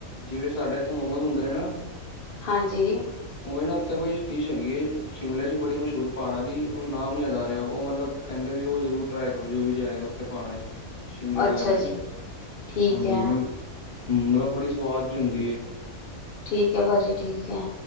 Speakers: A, on the left (about 45°); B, on the left (about 65°).
A: ਜਿਵੇਂ ਸਾਡੇ ਐਥੇ ਮੋਮੋਸ ਹੁੰਦੇ ਨੇ ਨਾ
B: ਹਾਂਜੀ।
A: ਉਵੇਂ ਨਾ ਉੱਥੇ ਕੋਈ ਡਿਸ਼ ਹੈਗੀ ਏ ਸ਼ਿਮਲੇ 'ਚ ਬੜੀ ਮਸ਼ਹੂਰ ਪਾੜਾਂ ਦੀ ਓ ਨਾਮ ਨੀ ਯਾਦ ਆ ਰੇਆ ਓ ਮਤਲਬ ਕੈਂਦੇ ਵੀ ਓ ਜ਼ਰੂਰ ਟਰਾਏ ਕਰੋ ਜੋ ਵੀ ਜਾਏਗਾ ਉੱਥੇ ਪਾੜਾਂ 'ਚ ਸ਼ਿਮਲਾ
B: ਅੱਛਾ
A: ਵਗੈਰਾ ਚ,
B: ਜੀ, ਠੀਕ
A: ਹਾਂਜੀ
B: ਹੈ,
A: ਮਨ, ਮਤਲਬ ਬੜੀ ਸਵਾਦ ਜੀ ਹੁੰਦੀ ਏ।
B: ਠੀਕ ਐ, ਭਾਜੀ ਠੀਕ ਐ।